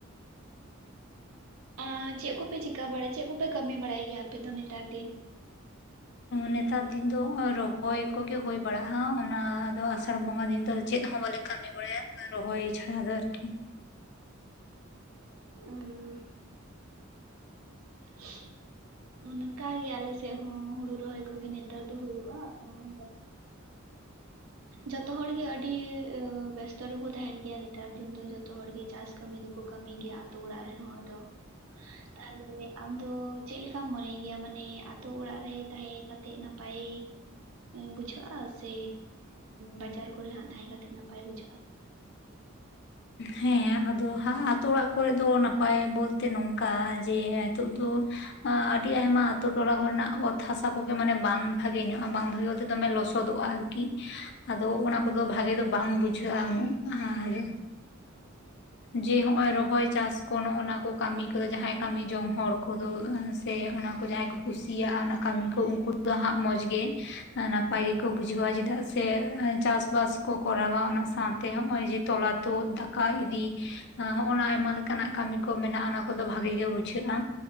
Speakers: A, on the right (about 85°); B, on the left (about 55°).
A: ᱟᱸ ᱪᱮᱜ ᱠᱚᱯᱮ ᱪᱤᱠᱟᱹ ᱵᱟᱲᱟᱭ ᱪᱮᱜ ᱠᱚᱯᱮ ᱠᱟᱹᱢᱤ ᱵᱟᱲᱟᱭ ᱜᱮᱭᱟ ᱟᱯᱮᱫ ᱫᱚ ᱱᱮᱛᱟᱨ ᱫᱤᱱ?
B: ᱱᱮᱛᱟᱨ ᱫᱤᱱ ᱫᱚ ᱨᱚᱦᱚᱭ ᱠᱚᱜᱮ ᱦᱩᱭ ᱵᱟᱲᱟᱜᱼᱟ ᱚᱱᱟ ᱫᱚ ᱥᱟᱲ ᱵᱚᱸᱜᱟ ᱫᱤᱱ ᱫᱚ ᱪᱮᱫ ᱦᱚᱸ ᱵᱟᱞᱮ ᱠᱟᱹᱢᱤ ᱵᱟᱲᱟᱭᱟ ᱨᱚᱦᱚᱭ ᱪᱷᱟᱲᱟ ᱫᱚ ᱟᱨᱠᱤ
A: <unintelligible> <unintelligible> ᱚᱝᱠᱟ ᱜᱤ ᱟᱞᱮᱥᱮᱜ ᱦᱚᱸ ᱦᱩᱲᱩ ᱨᱚᱦᱚᱭ ᱠᱚᱜᱤ ᱱᱮᱛᱟᱨ ᱫᱚ ᱦᱩᱭᱩᱜᱼᱟ ᱟᱨ ᱡᱚᱛᱚ ᱦᱚᱲᱜᱤ ᱟᱹᱰᱤ ᱵᱮᱥᱛᱚ ᱨᱮᱠᱚ ᱛᱟᱦᱮᱱ ᱜᱮᱭᱟ ᱱᱮᱛᱟᱨ ᱫᱤᱱ ᱫᱚ ᱡᱚᱛᱚᱦ ᱦᱚᱲᱜᱤ ᱪᱟᱥ ᱠᱟᱹᱢᱤ ᱫᱚᱠᱚ ᱠᱟᱹᱢᱤ ᱜᱮᱭᱟ ᱟᱛᱳ ᱚᱲᱟᱜ ᱨᱮᱱ ᱦᱚᱲ ᱫᱚ, ᱛᱟᱦᱮ ᱟᱢ ᱫᱚ ᱪᱮᱜ ᱞᱮᱠᱟᱢ ᱢᱚᱱᱮᱭ ᱜᱮᱭᱟ ᱢᱟᱱᱮ ᱟᱛᱳ ᱚᱲᱟᱜ ᱨᱮ ᱛᱟᱦᱮᱸ ᱠᱟᱛᱮᱜ ᱱᱟᱯᱟᱭ ᱵᱩᱡᱷᱟᱹᱜᱼᱟ ᱥᱮ ᱵᱟᱡᱟᱨ ᱠᱚᱨᱮ ᱦᱟᱸᱜ ᱛᱟᱦᱮᱸ ᱠᱟᱛᱮᱜ ᱱᱟᱯᱟᱭ ᱵᱩᱡᱷᱟᱹᱜᱼᱟ?
B: ᱦᱮᱸ ᱟᱫᱚ ᱟᱛᱳ ᱚᱲᱟᱜ ᱠᱚᱨᱮ ᱫᱚ ᱱᱟᱯᱟᱭ ᱵᱚᱞᱛᱮ ᱱᱚᱝᱠᱟ ᱡᱮ ᱱᱤᱛᱚᱜ ᱫᱚ ᱟᱹᱰᱤ ᱟᱭᱢᱟ ᱟᱛᱳ ᱴᱚᱞᱟ ᱠᱚᱨᱮᱱᱟᱜ ᱚᱛ ᱦᱟᱥᱟ ᱠᱚᱜᱮ ᱢᱟᱱᱮ ᱵᱟᱝ ᱵᱷᱟᱜᱮ ᱧᱚᱜᱼᱟ ᱵᱟᱝ ᱵᱷᱟᱜᱮ ᱵᱚᱞᱛᱮ ᱫᱚᱢᱮ ᱞᱚᱥᱚᱫᱚᱜᱼᱟ᱾ ᱠᱤ ᱟᱫᱚ ᱚᱱᱟ ᱠᱚᱫᱚ ᱵᱷᱟᱜᱮ ᱫᱚ ᱵᱟᱝ ᱵᱩᱡᱷᱟᱹᱜᱼᱟ ᱩᱱᱟᱹᱜ ᱟᱨ ᱡᱮ ᱦᱚᱸᱜᱼᱚᱭ ᱨᱚᱦᱚᱭ ᱪᱟᱥ ᱠᱚ ᱱᱚᱜᱼᱚᱱᱟ ᱠᱚ ᱠᱟᱢᱤ ᱠᱚᱫᱚ ᱡᱟᱦᱟᱸᱭ ᱠᱟᱹᱢᱤ ᱡᱚᱝ ᱦᱚᱲ ᱠᱚᱫᱚ ᱥᱮ ᱚᱱᱟ ᱠᱚ ᱡᱟᱦᱟᱸᱭ ᱠᱚ ᱠᱩᱥᱤᱭᱟᱜ ᱚᱱᱟ ᱠᱟᱹᱢᱤ ᱠᱚ ᱩᱝᱠᱩ ᱫᱚ ᱦᱟᱸᱜ ᱢᱚᱸᱡᱽ ᱜᱮ ᱱᱟᱯ ᱯᱟᱭ ᱜᱮᱠᱚ ᱵᱩᱡᱷᱟᱹᱣᱟ ᱪᱮᱫᱟᱜ ᱥᱮ ᱪᱟᱥ ᱵᱟᱥ ᱠᱚ ᱠᱚᱨᱟᱣᱟ ᱚᱱᱟ ᱥᱟᱶᱛᱮ ᱦᱚᱜ-ᱚᱭ ᱡᱮ ᱛᱚᱞᱟ ᱛᱚᱫ ᱫᱟᱠᱟ ᱤᱫᱤ ᱦᱚᱜᱼᱚᱱᱟ ᱟᱭᱢᱟ ᱞᱮᱠᱟᱱᱟᱜ ᱠᱟᱹᱢᱤ ᱠᱚ ᱢᱮᱱᱟᱜ-ᱟ ᱚᱱᱟ ᱠᱚᱫᱚ ᱵᱷᱟᱜᱤ ᱜᱮ ᱵᱩᱡᱷᱟᱹᱜ-ᱟ᱾